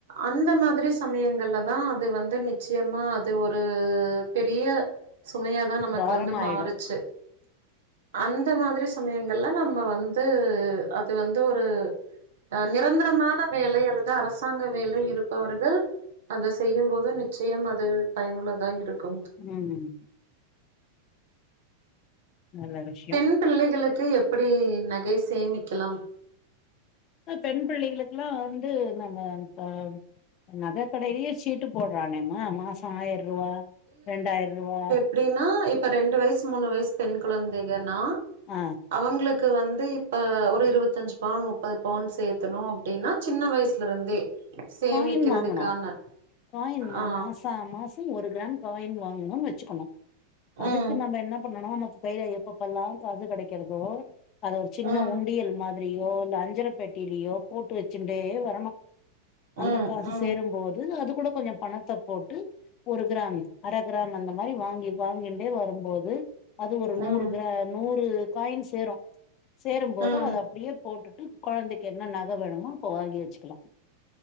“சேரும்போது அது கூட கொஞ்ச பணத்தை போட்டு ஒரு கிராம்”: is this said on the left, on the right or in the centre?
Left